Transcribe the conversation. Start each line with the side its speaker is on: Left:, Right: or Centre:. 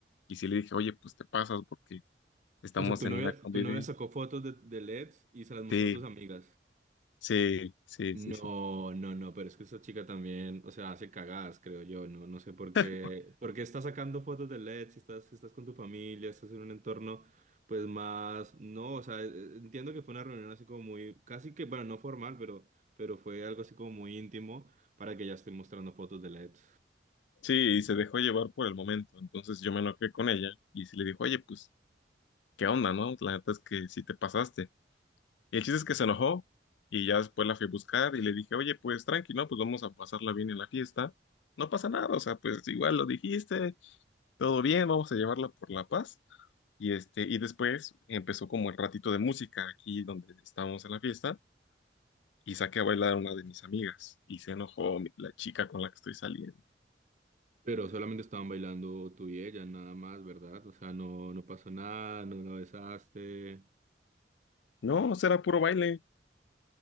Left: y sí le dije, oye, pues te pasas porque Estamos
Right: O sea, tu
Left: en
Right: novia,
Left: una convivencia.
Right: tu novia sacó fotos de, de LEDs y se las mostró
Left: Sí,
Right: a tus amigas.
Left: sí, sí,
Right: No,
Left: sí, sí.
Right: no, no, pero es que esta chica también, o sea, hace cagadas, creo yo, no, no sé por qué,
Left: <laughs>
Right: porque está sacando fotos de LED, si estás, si estás con tu familia, estás en un entorno, pues más, no, o sea, eh, entiendo que fue una reunión así como muy, casi que, bueno, no formal, pero, pero fue algo así como muy íntimo para que ella esté mostrando fotos de LED.
Left: Sí, y se dejó llevar por el momento. Entonces yo me enojé con ella y se le dijo, oye, pues, ¿qué onda, no? La neta es que sí te pasaste. Y el chiste es que se enojó y ya después la fui a buscar y le dije, oye, pues tranqui, ¿no? Pues vamos a pasarla bien en la fiesta. No pasa nada, o sea, pues igual lo dijiste, todo bien, vamos a llevarla por la paz. Y este, y después empezó como el ratito de música aquí donde estábamos en la fiesta. y saqué a bailar a una de mis amigas y se enojó mi- la chica con la que estoy saliendo.
Right: Pero solamente estaban bailando tú y ella, nada más, ¿verdad? O sea, no, no pasó nada, no la besaste.
Left: No, será puro baile.